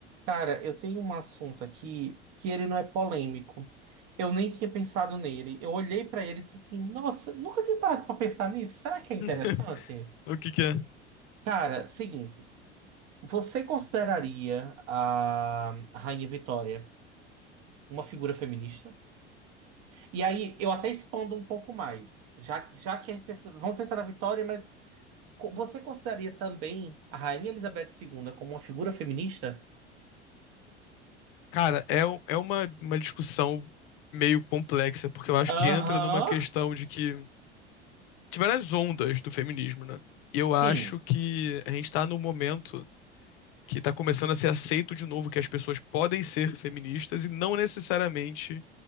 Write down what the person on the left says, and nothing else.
<laughs> O que que é?
Cara, é, um- é uma, uma discussão meio complexa, porque eu acho
que entra numa questão de que tiveram as ondas do feminismo, né? E eu
acho que a gente tá num momento que tá começando a ser aceito de novo que as pessoas podem ser feministas e não necessariamente